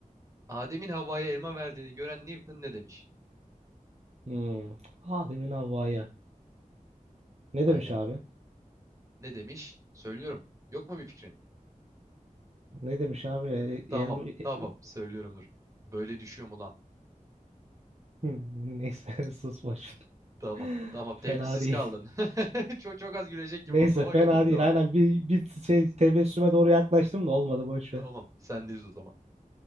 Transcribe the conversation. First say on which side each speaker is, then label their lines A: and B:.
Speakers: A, on the right; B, on the right.
A: Adem'in Havva'ya elma verdiğini gören Newton ne demiş?
B: Hmm. Adem'in havaya. Ne
A: Aynen.
B: demiş abi?
A: Ne demiş? Söylüyorum. Yok mu bir fikrin?
B: Ne demiş abi?
A: Tamam
B: E, Elma...
A: tamam
B: <laughs>
A: söylüyorum dur. Böyle düşüyor mu lan?
B: Hmm, Neyse <laughs> sus boş.
A: Tamam.
B: ver. <laughs>
A: Tamam.
B: Fena
A: Tepkisiz
B: değil.
A: kaldın. <laughs> Çok çok az gülecek gibi
B: Neyse
A: oldun ama
B: fena
A: gülmedin.
B: değil.
A: Tamam.
B: Aynen bir, bir şey tebessüme doğru yaklaştım da olmadı boş
A: Tamam.
B: ver.
A: Sendeyiz o zaman.